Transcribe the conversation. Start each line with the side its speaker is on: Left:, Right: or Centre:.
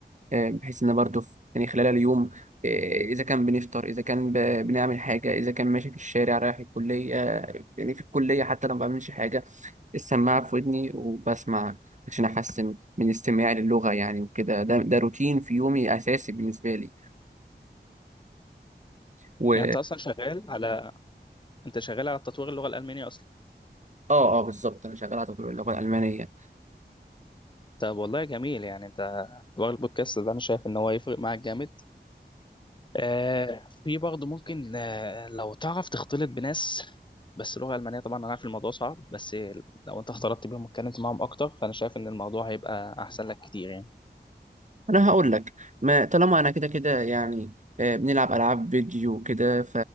Right: آه، بحيث ان برضو في- يعني خلال اليوم آه، اذا كان بنفطر اذا كان ب- بنعمل حاجه اذا كان ماشي في الشارع رايح الكليه آه، يعني في الكليه حتى لو ما بعملش حاجه السماعه في ودني وبسمع عشان احسن من استماعي للغه يعني وكده ده ده روتين في يومي اساسي بالنسبه لي و
Left: يعني أنت أصلا شغال على انت شغال على تطوير اللغه الالمانيه اصلا
Right: اه اه بالظبط انا شغال على تطوير اللغه الالمانيه
Left: طب والله جميل يعني انت تطوير البودكاست ده انا شايف ان هو يفرق معاك جامد آه في برضه ممكن آه لو تعرف تختلط بناس بس لغه المانيه طبعا انا عارف الموضوع صعب بس لو انت اختلطت بيهم واتكلمت معاهم اكتر فانا شايف ان الموضوع هيبقى احسن لك كتير يعني
Right: انا هقول لك ما طالما انا كده كده يعني آه، بنلعب العاب فيديو كده